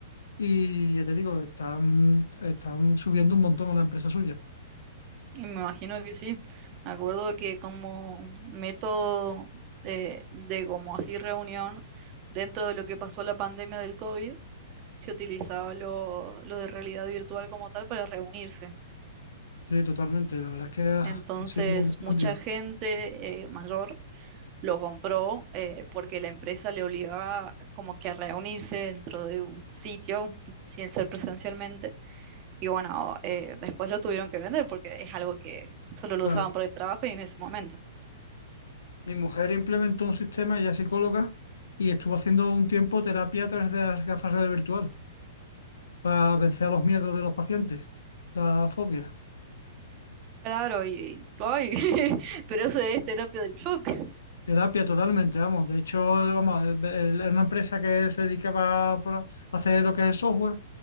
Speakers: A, on the left; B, on the right.
A: Y ya te digo, están, están subiendo un montón la empresa suya.
B: Y me imagino que sí. Me acuerdo que como método de, de como así reunión dentro de lo que pasó la pandemia del COVID, se utilizaba lo, lo de realidad virtual como tal para reunirse.
A: Sí, totalmente. La verdad es que ha
B: Entonces,
A: sido un cambio.
B: mucha gente eh, mayor lo compró eh, porque la empresa le obligaba como que a reunirse dentro de un sitio sin ser presencialmente. Y bueno, eh, después lo tuvieron que vender porque es algo que solo lo
A: Claro.
B: usaban por el trabajo y en ese momento.
A: Mi mujer implementó un sistema, ella es psicóloga, y estuvo haciendo un tiempo terapia a través de las gafas de realidad virtual para vencer los miedos de los pacientes, la fobia.
B: Claro, y, ay, <laughs> pero eso es terapia del shock.
A: Terapia totalmente, vamos. De hecho, vamos, el- el- era una empresa que se dedicaba por- a hacer lo que es el software